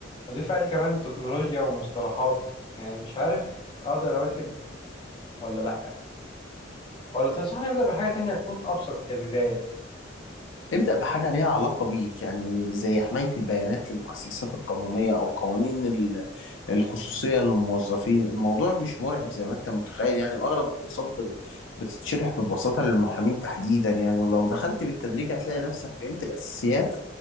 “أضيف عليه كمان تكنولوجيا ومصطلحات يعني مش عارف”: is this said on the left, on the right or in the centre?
Left